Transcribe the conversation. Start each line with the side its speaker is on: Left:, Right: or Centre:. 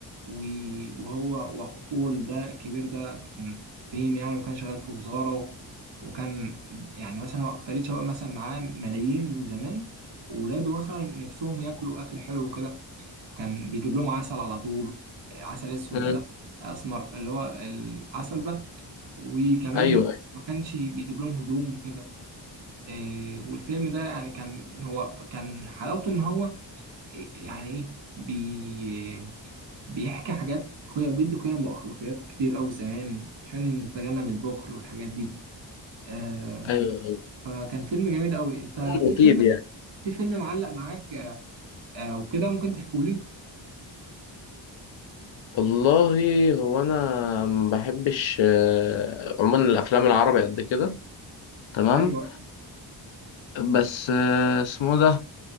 Right: و- وهو وأخوه ده الكبير ده كان كريم يعني وكان شغال في وزارة و... وكان يعني مثلا هو- فريد شوقي مثلا معاه ملايين من زمان وولاده مثلا نفسهم ياكلوا أكل حلو وكده كان بيجيب لهم عسل على طول آه، عسل أسود
Left: أمم.
Right: ده أسمر اللي هو العسل ده وكمان
Left: ايوه
Right: ما كانش بيجيب لهم هدوم وكده آه، والفيلم ده يعني كان هو كان حلاوته ان هو يعني ايه بي بيحكي حاجات قيم بيدي قيم واخلاقيات كتير قوي زمان عشان نتجنب البخل والحاجات دي آه
Left: ايوه
Right: فكان فيلم جميل قوي انت
Left: مفيد
Right: في فيلم
Left: يعني
Right: في فيلم معلق معاك آه وكده ممكن تحكوا لي
Left: والله هو انا ما بحبش آه، عموما الافلام العربي قد كده تمام
Right: ايوه
Left: بس آه، اسمه ده